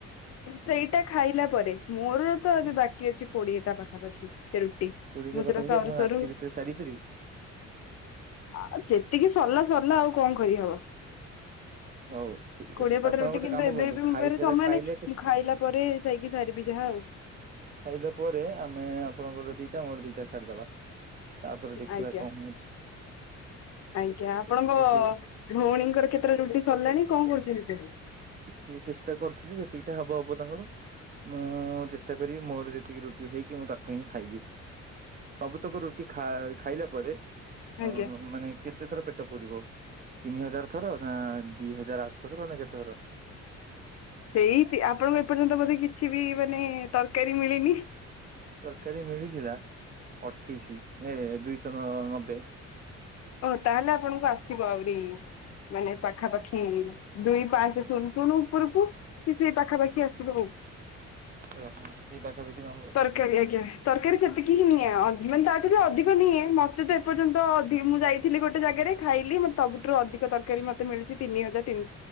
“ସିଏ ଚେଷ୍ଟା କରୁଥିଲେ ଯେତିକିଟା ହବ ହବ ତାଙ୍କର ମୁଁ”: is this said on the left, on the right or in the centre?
Right